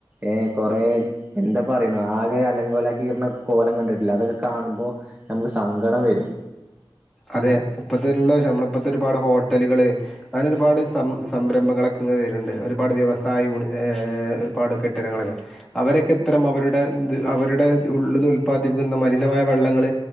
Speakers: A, on the right; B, in the centre.
A: ഏ കുറെ എന്താ പറയണ ആകെ അലങ്കോലമാക്കി കോലം കണ്ടിട്ടില്ല അതൊക്കെ കാണുമ്പോൾ നമുക്ക് സങ്കടം വരും
B: അതെ ഇപ്പോഴത്തുള്ള വം നമ്മള ഇപ്പോഴത്തെ ഒരുപാട് ഹോട്ടലുകള് അങ്ങനെ ഒരുപാട് സം സംരംഭങ്ങളൊക്കെ ഇങ്ങനെ വരുന്നുണ്ട് ഒരുപാട് വ്യവസായ യു ഒരുപാട് കെട്ടിടങ്ങളൊക്കെ അവരൊക്കെ ഇത്തരം അവരുടെ അവരുടെ ഉള്ളിൽ നിന്ന് ഉല്പാദിപ്പിക്കുന്ന മലിനമായ വെള്ളങ്ങൾ